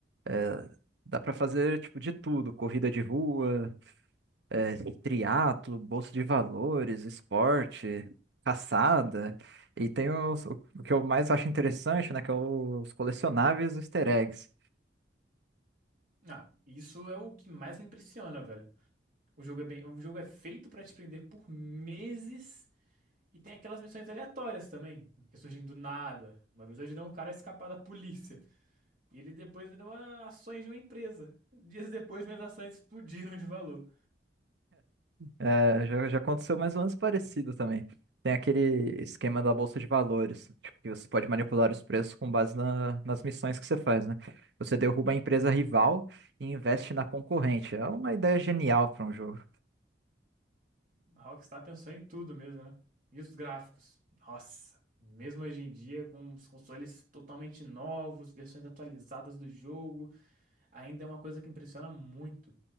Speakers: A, on the right; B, on the right.
A: É, Dá pra fazer tipo de tudo, corrida de rua, é, triatlo, bolsa de valores, esporte, caçada. E tem os- o que eu mais acho interessante, né, que é os colecionáveis e os easter eggs.
B: Ah, isso é o que mais me impressiona, velho. O jogo é bem, o jogo é feito pra te prender por meses e tem aquelas missões aleatórias também, que surgem do nada. Uma vez eu ajudei um cara a escapar da polícia e ele depois me deu a- ações de uma empresa. Dias depois minhas ações explodiram de valor.
A: É, já, já aconteceu mais ou menos parecido também. Tem aquele esquema da bolsa de valores, tipo, que você pode manipular os preços com base na- nas missões que você faz, né? Você derruba a empresa rival e investe na concorrente. É uma ideia genial para um jogo.
B: A Rockstar pensou em tudo mesmo, né? E os gráficos? Nossa, mesmo hoje em dia com os consoles totalmente novos, versões atualizadas do jogo, Ainda é uma coisa que impressiona muito.